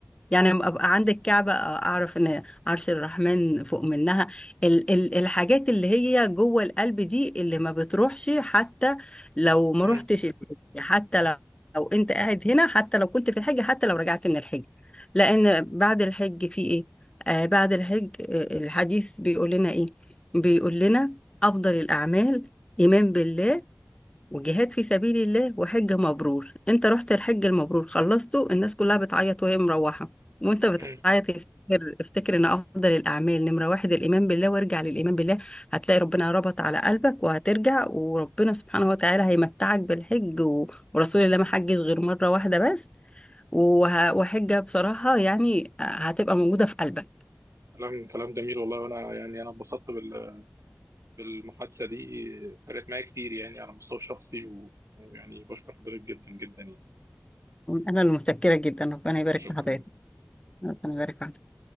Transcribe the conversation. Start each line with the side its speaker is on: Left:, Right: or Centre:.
Left: يعني لما ابقى عند الكعبة اعرف ان عرش الرحمن فوق منها ال ال الحاجات اللي هي جوه القلب دي اللي ما بتروحش حتى لو ما
Right: مم.
Left: روحتش الحج حتى لو لو انت قاعد هنا حتى لو كنت في الحج حتى لو رجعت من الحج لأن بعد الحج في ايه آه بعد الحج آه الحديث بيقول لنا ايه بيقول لنا أفضل الأعمال إيمان بالله وجهاد في سبيل الله وحج مبرور انت رحت الحج المبرور خلصته الناس كلها بتعيط وهي مروحة وانت بتعيط
Right: مم.
Left: افتكر افتكر ان افضل الاعمال نمرة واحد الايمان بالله وارجع للايمان بالله هتلاقي ربنا ربط على قلبك وهترجع وربنا سبحانه وتعالى هيمتعك بالحج و... ورسول الله ما حجش غير مرة واحدة بس وه... وحجة بصراحة يعني هتبقى موجودة في قلبك
Right: كلام كلام جميل والله وانا يعني انا انبسطت بال- بالمحادثه دي فرقت معايا كتير يعني على المستوى الشخصي و- ويعني بشكر حضرتك جدا جدا يعني
Left: انا المتشكرة جدا ربنا يبارك
Right: شكرا
Left: في حضرتك ربنا يبارك في حضرتك